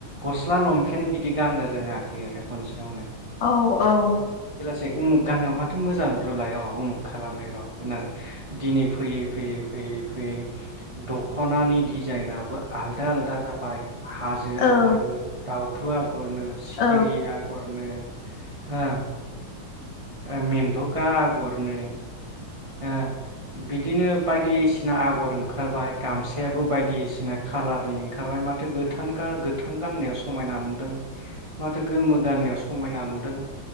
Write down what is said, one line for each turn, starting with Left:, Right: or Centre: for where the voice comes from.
Right: गस्ला लंपेेन बिदि गाननो रोङाखै आरो खनसेयावनो।
Left: औ औ ।
Right: उमुग गाननायाव माथो मोजां <unintelligible> उमुग खालामनि र' होननानै दिनै फैयै फैयै फैयै फैयै दख'नानि डिजाइनाबो आलदा आलदा जाबाय। हाजो
Left: औ
Right: आगरनो दाउ <unintelligible> गरनो सिखिरि
Left: औ
Right: आगरनो हा । ओ मेन्थ'खा आगरनो ओ बिदिनो बायदिसिना आगर ओंखारबाय गामसायाबो बायदिसिना खालारनि ओंखारबाय माथो <unintelligible> गोथां गाननायाव समायना नुदों माथो गोमो गाननायाव समायना नुदों